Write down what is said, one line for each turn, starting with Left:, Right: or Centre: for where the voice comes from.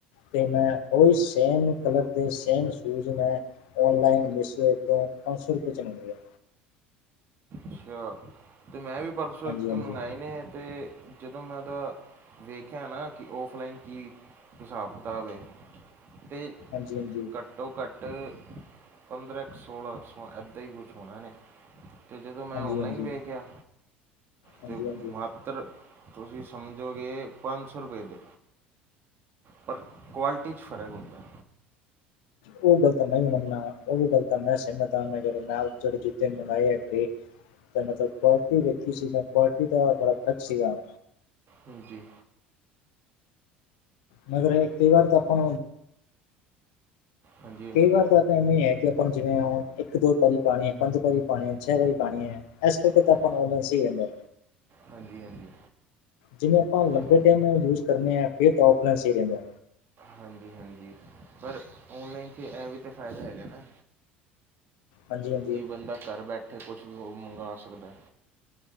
Left: ਤੇ ਮੈਂ ਉਓਹੀ ਸੇਮ ਕਲਰ ਦੇ ਸੇਮ ਸ਼ੂਜ ਮੈਂ ਔਲਾਈਨ ਬਸ ਤੋਂ ਪੰਜ ਸੌ ਰੁਪਏ ਚਲ ਮਿਲ ਹੈ
Right: ਅੱਛਾ ਤੇ ਮੈਂ ਵੀ ਪਰਸੋਂ
Left: ਹਾਂਜੀ
Right: ਇੱਕ
Left: ਹਾਂਜੀ
Right: ਮੰਗਵਾਏ ਨੇ ਤੇ ਜਦੋਂ ਮੈਂ ਉਹਦਾ ਵੇਖਿਆ ਨਾ ਕਿ ਔਫਲਾਈਨ ਕੀ ਹਿਸਾਬ ਕਿਤਾਬ ਹੈ ਤੇ
Left: ਹਾਂਜੀ ਹਾਂਜੀ
Right: ਘੱਟੋ ਘੱਟ ਪੰਦਰਾਂ ਕੁ ਸੋਲ੍ਹਾਂ ਸੌ ਇੱਦਾਂ ਹੀ ਕੁਛ ਹੋਣਾ ਨੇ ਅਤੇ ਜਦੋਂ ਮੈਂ
Left: ਹਾਂਜੀ
Right: ਔਨਲਾਈਨ
Left: ਹਾਂਜੀ
Right: ਵੇ ਕਿਹਾ
Left: ਹਾਂਜੀ
Right: ਅਤੇ
Left: ਹਾਂਜੀ
Right: ਮਾ ਉੱਤਰ ਤੁਸੀਂ ਸਮਝੋਗੇ ਪੰਜ ਸੌ ਰੁਪਏ ਦੇ ਪਰ ਕੁਆਲਿਟੀ 'ਚ ਫਰਕ ਹੁੰਦਾ
Left: ਉਹ ਗਲਤ ਮੈਂ ਵੀ ਮੰਨਨਾ ਉਹ ਵੀ ਗਲਤ ਮੈਂ ਸਹਿਮਤ ਹਾਂੈਂ ਮੈਂ ਜਹੜੇ ਜੂਤੇ ਮਨਾਏ ਤਾਂ ਮਤਲਬ ਕੁਆਲਟੀ ਦੇੇਖੀ ਸੀ ਮੈਂ ਕੁਆਲਟੀ ਦਾ ਥੋੜ੍ਹਾ ਫਰਕ ਸੀਗਾ
Right: ਹਜੀੀ
Left: ਮਗਰ ਕਈ ਵਾਰ ਤਾਂ ਆਪਾਂ
Right: ਹਾਂਜੀ ਹਾਂਜੀ
Left: ਕਈ ਵਾਰ ਤਾਂ ਆਪਾਂ ਇਵੇਂ ਹੀ ਹੈ ਕਿ ਆਪਾਂ ਨੂੰ ਜਿਵੇਂ ਹ ਇੱਕ ਦੋ ਪਾਰੀ ਪਾਣੀ ਹੈ ਪੰਜ ਪਾਰੀ ਪਾਉਣੀ ਹੈ ਛੇ ਵਾਰੀ ਪਾਉਣੀ ਹੈ ਇਸ ਕਰਕੇ ਤਾਂ
Right: ਹਾਂ-
Left: ਆਪਾਂੈਂ ਸ ਹੀ ਰਹਿੰਦਾ
Right: ਹਾਂਜੀ ਹਾਂਜੀ
Left: ਜਿਵੇਂ ਆਪਾਂ ਲੰਬੇ
Right: ਜੀ
Left: ਟਾਈਮ ਯੂਜ ਕਰਨੇ ਆ ਫਿਰ ਤਾਂ ਫਲਾਈਨ ਸਹੀਹਦਾ
Right: ਹਾਂਜੀ ਹਾਂਜੀ ਪਰ ਔਨਲਾਈਨ ' ਇਹ ਵੀ ਤਾਂ ਫ਼ਾਇਦਾ ਹੈਗਾ ਨਾ
Left: ਹਾਂਜੀ-ਹਾਂਜੀ
Right: ਕੀ ਬੰਦਾ ਘਰ ਬੈਠੇ ਕੁਝ ਵੀ ਹੋਰ ਮੰਗਵਾ ਸਕਦਾ ਹੈ